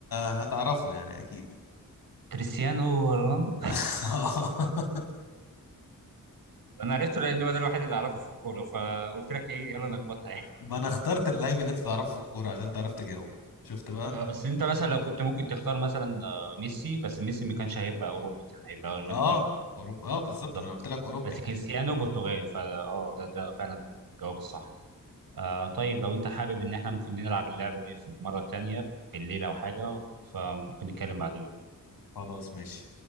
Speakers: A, on the left; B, on the right.
A: هتعرفه يعني اكيد
B: كريستيانو رونالدو
A: <laughs>
B: وانا عرفته لان هو ده الوحيد اللي اعرفه في الكوره فقلت لك ايه يلا نخبطها يعني
A: ما انا اخترت اللعيب اللي انت تعرفه في الكورة عشان تعرف تجاوب شفت بقى
B: آه، بس انت مثلا لو كنت ممكن تختار مثلا آه، ميسي بس ميسي ما كانش هيبقى اوروبي كان هيبقى ارجنتيني
A: اه اوروبا اه بالظبط
B: بالظبط
A: ما انا قلت لك اوروبي
B: بس كريستيانو برتغالي فا اه ده ده فعلا الجواب الصح آه طيب لو انت حابب ان احنا ممكن نلعب اللعبه دي في مره تانية بالليل او حاجه فممكن نتكلم بعدين
A: خلاص ماشي